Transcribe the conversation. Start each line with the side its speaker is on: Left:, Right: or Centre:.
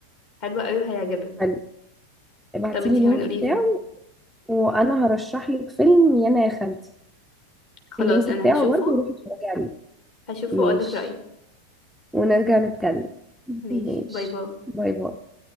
Left: حلوه قوي وهيعجبك
Centre: حلو ابعتي
Left: طب انتي
Centre: لي اللينك
Left: كمان قولي
Centre: بتاعه
Left: فيلم
Centre: وانا هرشح لك فيلم يانا يا خالتي
Left: خلاص
Centre: اللينك
Left: انا
Centre: بتاعه
Left: هشوفه
Centre: برضه روحي اتفرجي عليه
Left: هشوفه
Centre: ماشي
Left: واقول لك رايي
Centre: ونرجع نتكلم
Left: ماشي
Centre: ماشي
Left: باي باي
Centre: باي باي